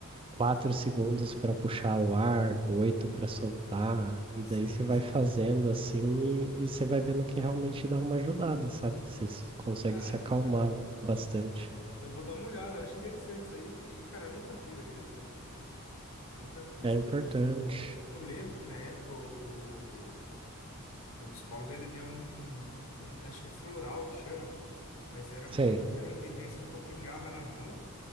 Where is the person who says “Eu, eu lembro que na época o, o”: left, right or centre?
Left